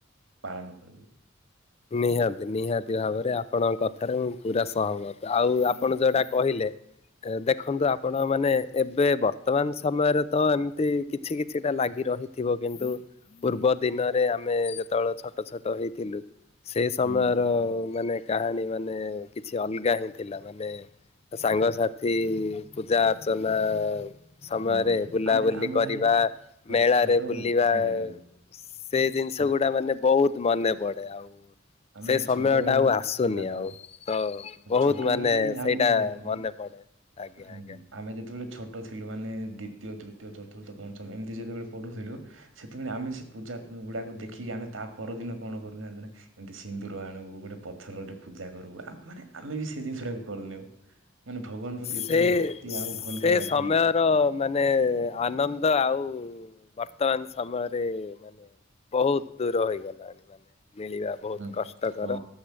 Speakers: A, on the right; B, on the left.
A: ପାଳନ କରିବି।
B: ନିହାତି ନିହାତି ଭାବରେ ଆପଣଙ୍କ କଥାରେ ମୁଁ ପୁରା ସହମତ। ଆଉ ଆପଣ ଯୋଉଟା କହିଲେ ଏ ଦେଖନ୍ତୁ ଆପଣ ମାନେ ଏବେ ବର୍ତ୍ତମାନ ସମୟରେ ତ ଏମତି କିଛି କିଛିଟା ଲାଗି ରହିଥିବ କିନ୍ତୁ ପୂର୍ବ ଦିନରେ ଆମେ ଯେତେବେଳେ ଛୋଟ ଛୋଟ ହେଇଥିଲୁ ସେ ସମୟର
A: ହୁଁ
B: ମାନେ କାହାଣୀ ମାନେ କିଛି ଅଲଗା ହିଁ ଥିଲା। ମାନେ ସାଙ୍ଗସାଥି ପୂଜା ଅର୍ଚ୍ଚନା। ସମୟରେ
A: ହଁ
B: ବୁଲାବୁଲି
A: ଆମେ ଆମେ
B: କରିବା,
A: ଭାଇ ଛୋ-
B: ମେଳାରେ
A: ଛୋଟ
B: ବୁଲିବା
A: ସେଇଟା ତ
B: ସେଇ ଜିନିଷ
A: ଛୋ
B: ଗୁଡା ମାନେ ବହୁତ ମନେ ପଡେ ଆଉ।
A: ଆମେ
B: ସେ ସମୟଟା
A: ଛୋଟବେେଳେ
B: ଆଉ ଆସୁନି
A: ସେଇଟା ଦେବା,
B: ଆଉ। ତ ବହୁତ
A: ଛୋଟବେେଳେ
B: ମାନେ
A: ଭାଇ
B: ସେଇଟା
A: ଆମେ ଦେଖବା
B: ମନେ ପଡେ ଆଜ୍ଞା
A: ହୁଁ
B: ଆଜ୍ଞା।
A: ଆମେ ଯେତେବେଳେ ଛୋଟ ଟ ଥିଲୁ ମାନେ ଦ୍ୱିତୀୟ ତୃତୀୟ ଚତୁର୍ଥ ପଞ୍ଚମ ଏମିତି ଯେତେବେଳେ ପଢୁଥିଲୁ ସେତବେଳେ ଆମେ ସେ ପୂଜା ଗୁଡାକୁ ଦେଖିକି ଆମେ ତା ପରଦିନ କଣ କରିବୁ ଜାନ୍ତୁ ନା ଏମିତି ସିନ୍ଦୁର ଆଣବୁ, ଗୋଟେ ପଥରରେ ପୂଜା କରିବୁ ମାନେ ଆମେ ବି ସେ ଜିନିଷଟାକୁ କରିୁନେଉ। ମାନେ ଭଗବାନ ପ୍ରତି ଏତେ
B: ସେ
A: ଗୋଟେ ଭକ୍ତି ଆଉ ଭଲ
B: ସେ
A: ପାଇବା
B: ସମୟର
A: ଥିଲା।
B: ମାନେ ଆନନ୍ଦ ଆଉ ବର୍ତ୍ତମାନ ସମୟରେ ମାନେ ବହୁତ ଦୂର ହେଇଗଲାଣି, ମାନେ ମିଳିବା ବହୁତ
A: ହୁଁ
B: କଷ୍ଟକର।
A: ହଁ।